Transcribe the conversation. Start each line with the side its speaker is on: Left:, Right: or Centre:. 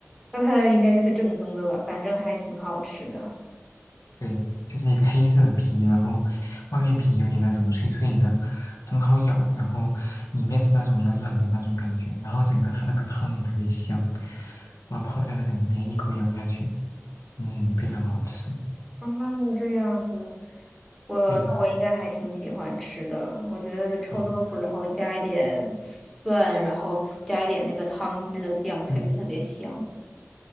Centre: 那它应该就是正宗的吧？反正还挺好吃的。
Left: 对，就是一个黑色的皮，然后外面皮有点那种脆脆的，很好咬，然后里面是那种软软的那种感觉，然后整个它那个汤也特别香，哇，泡在那个里面一口咬下去，嗯，非常好吃。
Centre: 啊，这样子。我那我应该还挺喜欢吃的，
Left: 对的，
Centre: 我觉得就臭豆腐，
Left: 对，
Centre: 然后加一点蒜，然后加一点那个汤汁的酱，特别特别香。
Left: 嗯，